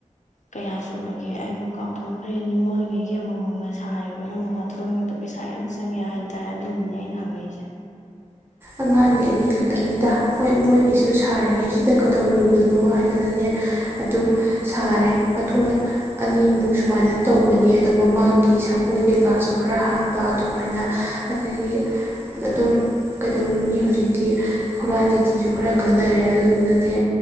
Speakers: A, on the left; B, on the right.
A: ꯀꯌꯥ ꯁꯨꯔꯒꯦ ꯑꯩꯕꯨ ꯀꯥꯎꯊꯣꯛꯈ꯭ꯔꯦꯅꯦ ꯃꯣꯏꯈꯩꯒꯤ ꯑꯃꯃꯝꯒ ꯁꯥꯔꯤꯕꯣ ꯅꯪꯒ ꯃꯊꯣꯟꯒꯗꯣ ꯄꯩꯁꯥ ꯌꯥꯝ ꯆꯪꯉꯦ ꯍꯥꯏꯅ ꯇꯥꯏ ꯑꯗꯨꯅꯤꯅꯦ ꯑꯩꯅ ꯍꯪꯉꯛꯏꯁꯦ꯫
B: ꯑꯉꯥꯡꯗꯤ ꯑꯅꯤꯈꯛꯇꯅꯤꯗ꯫ ꯍꯣꯏ ꯃꯣꯏꯒꯤꯁꯨ ꯁꯥꯔꯤꯉꯩ ꯁꯤꯗ ꯀꯗꯧꯔꯨꯒꯅꯣ ꯍꯥꯏꯗꯨꯅꯅꯦ ꯑꯗꯨꯝ ꯁꯥꯔꯦ ꯃꯊꯣꯟ ꯑꯅꯤꯃꯨꯛ ꯁꯨꯃꯥꯏꯅ ꯇꯧꯕꯅꯦ ꯑꯗꯨꯗꯣ ꯃꯃꯥꯡꯒꯤ ꯁꯪꯒꯣꯏ ꯀꯩꯀꯥꯁꯨ ꯈꯔ ꯍꯥꯞꯄ ꯑꯗꯨꯃꯥꯏꯅ ꯑꯗꯒꯤ ꯑꯗꯨꯝ ꯀꯩꯗꯧꯔꯨꯅꯤ ꯍꯧꯖꯤꯛꯇꯤ ꯍꯨꯔꯥꯟ ꯆꯤꯊꯤꯁꯨ ꯈꯔ ꯀꯟꯅꯔꯦ ꯑꯗꯨꯗꯨꯅꯅꯦ